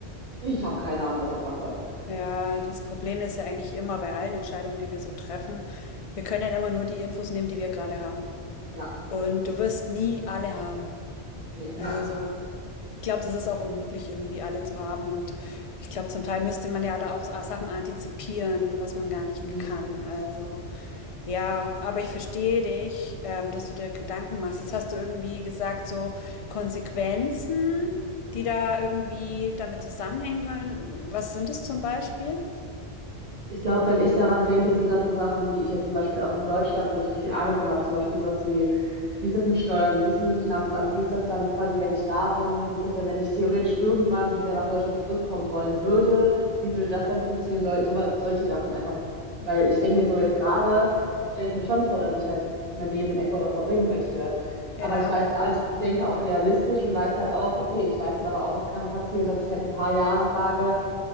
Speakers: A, on the right (about 35°); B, on the left (about 55°).
A: ich habe keine Ahnung, was ich jetzt machen soll.
B: Ja, das Problem ist ja eigentlich immer bei allen Entscheidungen, die wir so treffen, wir können ja immer nur die Infos nehmen, die wir gerade haben.
A: Ja,
B: Und du wirst nie alle haben.
A: nee. <laughs>
B: Also, ich glaube, das ist auch unmöglich, irgendwie alle zu haben. Und ich glaube, zum Teil müsste man ja da auch sa- Sachen antizipieren, was man gar nicht
A: Mhm.
B: kann. Also, ja, aber ich verstehe dich, ähm, dass du dir Gedanken machst. Jetzt hast du irgendwie gesagt, so Konsequenzen, die da irgendwie damit zusammenhängen können. Was sind es zum Beispiel?
A: Ich glaube, wenn ich daran denke, sind das so Sachen, die ich jetzt zum Beispiel auch in Deutschland, wo ich nicht viel Ahnung von habe, zum Beispiel sowas wie, wie ist das mit Steuern, wie ist das mit Finanzamt, wie ist das dann quasi, wenn ich da bin, wie ist das dann, wenn ich theoretisch irgendwann wieder nach Deutschland zurückkommen wollen würde, wie würde das dann funktionieren, so, so, solche Sachen einfach, weil ich denke mir so jetzt gerade, stelle ich mir schon vor, dass ich halt mein Leben in Ecuador verbringen möchte.
B: Ja,
A: Aber ich weiß, also ich denke auch realistisch und weiß halt auch, okay, ich weiß halt aber auch, es kann passieren, dass ich halt in ein paar Jahren sage,